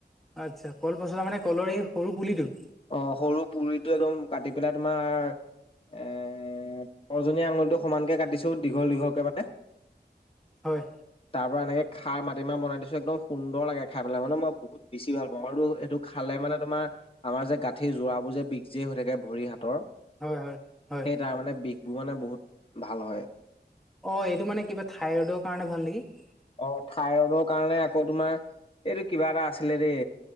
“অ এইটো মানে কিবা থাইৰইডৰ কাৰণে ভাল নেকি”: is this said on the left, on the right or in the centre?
Centre